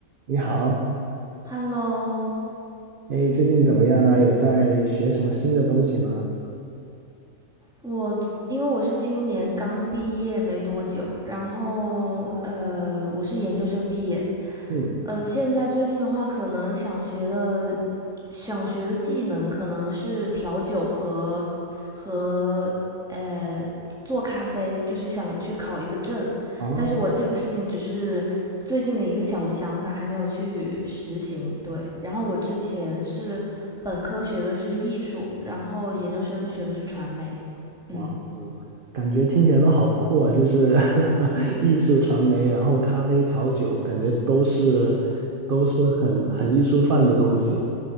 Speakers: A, on the right; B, in the centre.
A: 你好，
B: Hello，
A: 哎，最近怎么样啊？有在学什么新的东西吗？
B: 我因为我是今年刚毕业没多久，然后呃，我是研究生毕业，
A: 嗯，
B: 呃，现在最近的话，可能想学的想学的技能可能是调酒和和呃做咖啡，就是想去考一个证，
A: 哦，
B: 但是我这个事情只是最近的一个小的想法，还没有去实行。对，然后我之前是本科学的是艺术，然后研究生学的是传媒，嗯，
A: 哇哦，感觉听起来都好酷啊！就是 <laughs> 艺术传媒，然后咖啡调酒，感觉都是都是很很艺术范的东西，